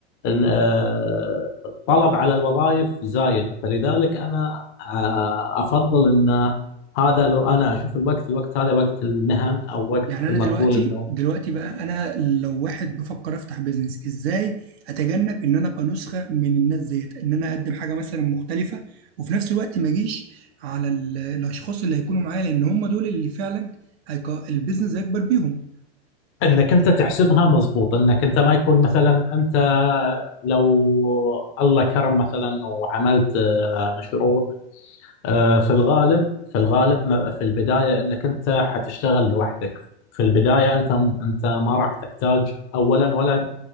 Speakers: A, on the left (about 35°); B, on the right (about 60°).
A: إن، آه، الطلب على الوظائف زايد فلذلك انا آه، افضل ان هذا لو انا اشوف الوقت الوقت هذا وقت المهن او وقت
B: يعني
A: مثل
B: انا دلوقتي
A: ما تقول انه
B: دلوقتي بقى انا لو واحد بفكر افتح بيزنس ازاي اتجنب ان انا ابقى نسخه من الناس ديت ان انا اقدم حاجه مثلا مختلفه وفي نفس الوقت ما اجيش على ال- الاشخاص اللي هيكونوا معايا لان هم دول اللي فعلا هيك... البيزنس هيكبر بيهم
A: انك انت تحسبها مضبوط انك انت ما يكون مثلا انت لو الله كرم مثلا وعملت آه، مشروع آه، في الغالب في الغالب ما- في البدايه انك انت حتشتغل لوحدك في البدايه انت انت ما راح تحتاج اولا ولا